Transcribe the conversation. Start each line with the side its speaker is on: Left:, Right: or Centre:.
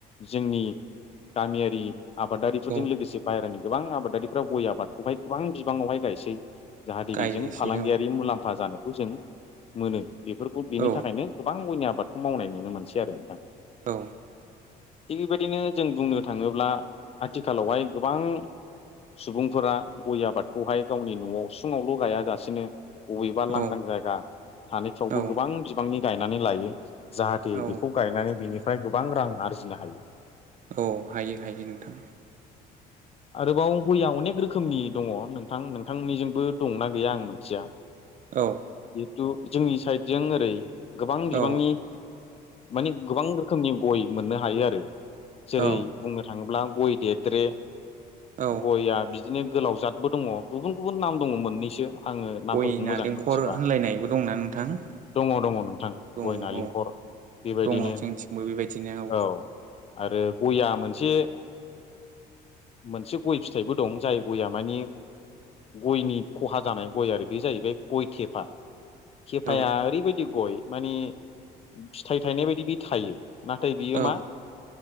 Left: जोंनि गामियारि आबादारिफोरजों
Right: औ
Left: लोगोसे बाहेरानि गोबां आबादारिफ्रा गय आबादखौहाय गोबां बिबाङावहाय गायसै। जाहाथे
Right: गायनोसै
Left: बेजों फालांगियारि
Right: औ
Left: मुलाम्फा
Right: औ
Left: जानायखौ जों मोनो बेफोरखौ बेनि
Right: औ
Left: थाखायनो गोबां गयनि आबादखौ मावनाय नुनो मोनसै आरो नोंथां।
Right: औ।
Left: थिग बेबायदिनो जों बुंनो थाङोब्ला आथिखालावहाय गोबां सुबुंफोरा गय आबादखौहाय गावनि न'आव उसुंआवल गाया जासेनो बबेबा
Right: औ
Left: लांदां जायगा थानायफ्रावबो
Right: औ
Left: गोबां बिबांनि गायनानै लायो जाहाथे
Right: औ
Left: बेखौ गायनानै बिनिफ्राय गोबां रां आरजिनो हायो
Right: औ हायो हायो नोंथां
Left: आरोबाव गया अनेक रोखोमनि दङ नोंथां नोंथांमोननिजोंबो दंना गैया आं मिथिया
Right: औ
Left: जिहेथु जोंनि साइडजों ओरै गोबां बिबांनि
Right: औ
Left: माने गोबां रोखोमनि गय मोननो हायो आरो जेरै
Right: औ
Left: बुंनो थाङोब्ला गय देदेरे
Right: औ
Left: गयआ बि बिदिनो गोलाव जादबो दङ गुबुन गुबुन नाम दङ मोननैसो आङो नामफोरखौ
Right: गय नालेंखर
Left: मोजां मोनथिबा
Right: होनलायनायबो दंना नोंथां
Left: दङ दङ नोंथां
Right: दङ
Left: गय नालेंखर
Right: औ औ
Left: बेबायदिनो
Right: दङ
Left: औ
Right: जोंथिंबो बेबायदिनो
Left: आरो गया मोनसे मोनसे गय फिथाइबो दं जाय गयआ मानि गयनि खहा जानाय गय आरो बे जाहैबाय गय थेफा थेफाया
Right: औ
Left: ओरैबायदि गय मानेणफिथाइ थायनाय बायदि बि थायो नाथाय बियो
Right: औ
Left: मा